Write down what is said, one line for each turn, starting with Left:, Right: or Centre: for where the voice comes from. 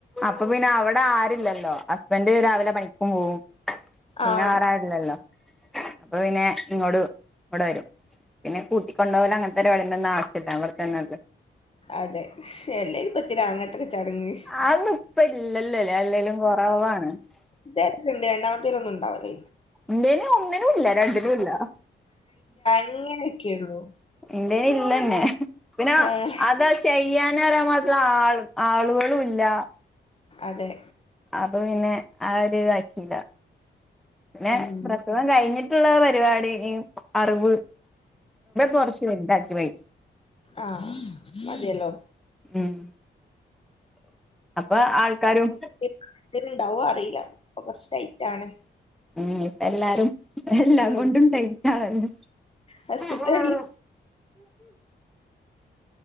Centre: അപ്പൊ പിന്നെ അവിടെ ആരുല്ലല്ലോ ഹസ്ബന്റ് രാവിലെ പണിക്കും പോവും പിന്നെ
Left: ആഹ്
Centre: വേറാരുല്ലല്ലോ? അപ്പോ പിന്നെ ഇങ്ങോട്ട് ഇവ്ടെ വരും. പിന്നെ കൂട്ടിക്കണ്ടോ വലങ്ങൻത്തെ- പര്പടിന്റൊന്നാവശ്യില്ല. ഇവ്ട്തന്നെല്ലേ.
Left: അതെ എല്ലേ ഇപ്പത്തിനാ- അങ്ങൻത്തൊക്കെ ചടങ്ങ്.
Centre: അഒന്നു ഇപ്പ ഇല്ലല്ലല്ലേ എല്ലെലും കൊറവാണ്.
Left: ഇതേര്ക്ക്ണ്ട് രണ്ടാമതെലൊന്നും ഉണ്ടാവുലെനു.
Centre: ന്തേനും ഒന്നിനും ഇല്ല, രണ്ടിനും ഇല്ല.
Left: ങ്ങനൊക്കെയുള്ളു.
Centre: എന്റെല് ഇല്ലന്നെ, പിന്ന
Left: ആഹ്
Centre: അത. ചെയ്യാനറിയൻ മാത്രം ആ- ആളുകളുംല്ല.
Left: അതെ.
Centre: അപ്പോ പിന്നെ ആ ഒരു- ഇതാക്കിയില്ല പിന്നെ
Left: ഉം
Centre: പ്രസ- ഗം കഴിഞ്ഞിട്ട്ള്ള പരിപാടി ഇ- അറിവ് കൊർച്ച് ഇണ്ടാക്കി വച്ചു.
Left: ആഹ അതെയല്ലോ.
Centre: ഉം. അപ്പോ ആൾക്കാരും.
Left: ഇതന്നെ ഉണ്ടാവോ അറിയില്ല, ഇപ്പോ കൊർച്ച് ടൈറ്റാണ്.
Centre: ഉം ഇപ്പെല്ലാരും എല്ലാം
Left: ഉം
Centre: കൊണ്ടും ടൈറ്റാണെല്ലോ.
Left: ഫസ്റ്റ്ത്തെ
Centre: ആഹാ ആഹാ.